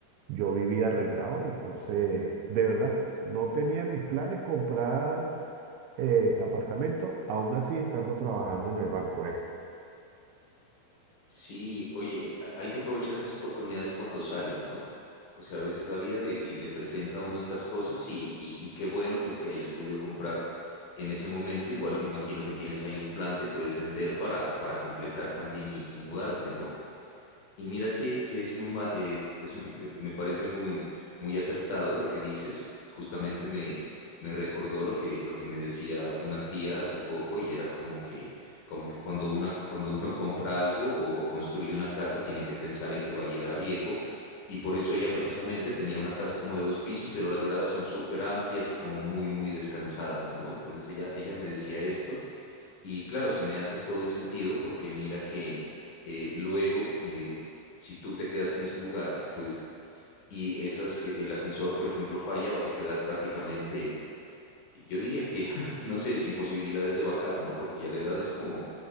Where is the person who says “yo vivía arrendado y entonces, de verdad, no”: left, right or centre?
Right